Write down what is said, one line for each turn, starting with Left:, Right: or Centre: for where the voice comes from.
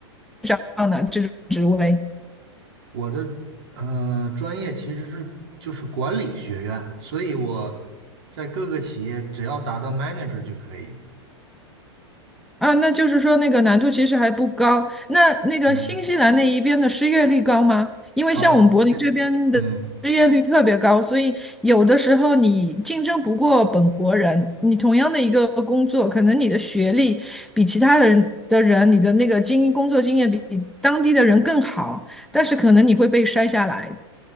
Centre: 找到呢这种职位？
Right: 我的呃专业其实是就是管理学院，所以我在各个企业只要达到 manager 就可以，
Centre: 啊，那就是说那个难度其实还不高。那那个新西兰那一边的失业率高吗？
Right: 嗯，
Centre: 因为像我们柏林这边的失业率特别高，
Right: 高，先，嗯。
Centre: 所以有的时候你竞争不过本国人，你同样的一个工作，可能你的学历比其他的人的人，你的那个经工作经验比当地的人更好，但是可能你会被筛下来。